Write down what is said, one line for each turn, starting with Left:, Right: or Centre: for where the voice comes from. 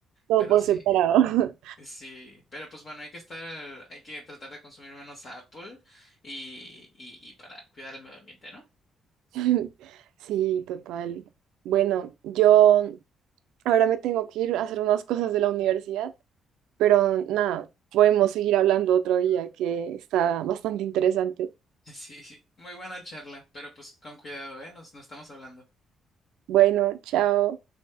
Right: Todo
Left: pero
Right: por
Left: sí.
Right: separado.
Left: Sí, pero pues bueno, hay que estar, hay que tratar de consumir menos Apple y, y, y para cuidar el medio ambiente, ¿no?
Right: <laughs> Sí, total. Bueno, yo ahora me tengo que ir a hacer unas cosas de la universidad, pero nada, podemos seguir hablando otro día que está bastante interesante.
Left: <laughs> Sí, sí, muy buena charla, pero pues con cuidado, ¿eh? Nos, nos estamos hablando.
Right: Bueno, chao.